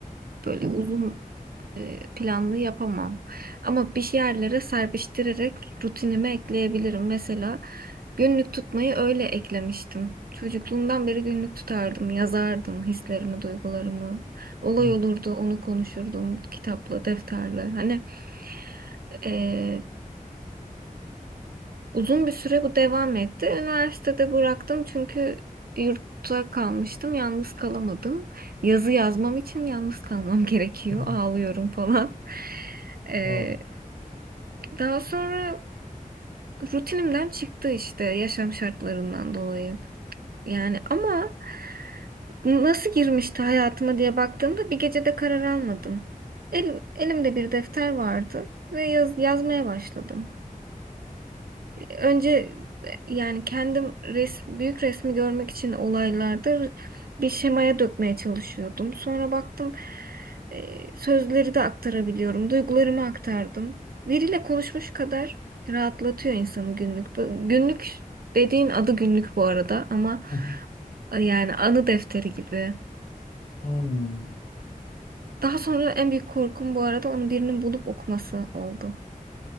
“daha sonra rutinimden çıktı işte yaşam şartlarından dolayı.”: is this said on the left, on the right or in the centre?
Right